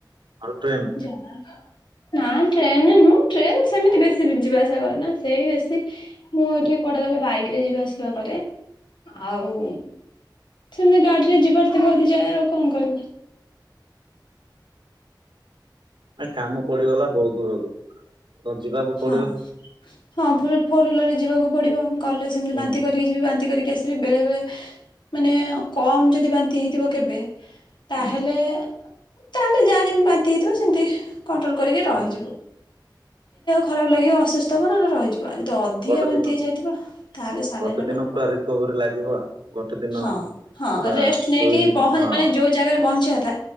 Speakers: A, on the right (about 85°); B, on the left (about 75°).
A: ଆଉ ଟ୍ରେନ
B: ଯା ନାଁ। ଟ୍ରେନ୍ ନୁହଁ ଟ୍ରେନ୍ ସେମିତି ବେଶୀ ବି ଯିବା ଆସିବା କରେନା ସେଇ ବେଶୀ ମୁଁ ଏଠି କୁଆଡେ ଗଲେ ବାଇକ୍ ରେ ଯିବା ଆସିବା କରେ। ଆଉ ସେମିତି ଗାଡିରେ ଯିବାର ଥିବ ଯାଏ ଆଉ କଣ କରିବା।
A: କାମ ପଡିଗଲା ବହୁତ ଦୂରକୁ ତ ଯିବାକୁ ପଡିବ
B: ହଁ ହଁ ଫୋର୍ ଇଲାର ରେ ଯିବାକୁ ପଡିବ ଗଲେ ସେମତି
A: ହୁଁ
B: ବାନ୍ତି କରିକି ଯିବି ବାନ୍ତି କରିକି ଆସିବି ବେଳେ ବେଳେ ମାନେ କମ ଯଦି ବାନ୍ତି ହେଇଥିବ କେବେ? ତାହେଲେ
A: ହୁଁ
B: ତାହେଲେ ଯାହା ଯେମିତି ବାନ୍ତି ହେଇଥିବ ସେମତି କଣ୍ଟ୍ରୋଲ କରିକି ରହିଯିବ।
A: ହୁଁ
B: ଖରାପ ଲାଗିବ ଅସୁସ୍ଥ ହେବ। ରହିଯିବଉ ଯଦି ଅଧିକା
A: ଗୋଟେ
B: ବାନ୍ତି
A: ଦିନ
B: ହେଇଯାଇଥିବ ତାହେଲେ ସାଲାଇ
A: ଗୋଟେ
B: ନେବାକୁ
A: ଦିନ ପୁରା
B: ପଡେ
A: ରିକଭରି ଲାଗିବ ଆଉ ଗୋଟେ ଦିନ
B: ହଁ ହଁ
A: ପୁରା
B: ରେଷ୍ଟ
A: ଶୋଇକି
B: ନେଇକିହ
A: ହଁ
B: ମାନେ ଯୋଉ ଜାଗାରେ ପହଞ୍ଚିବା ଥା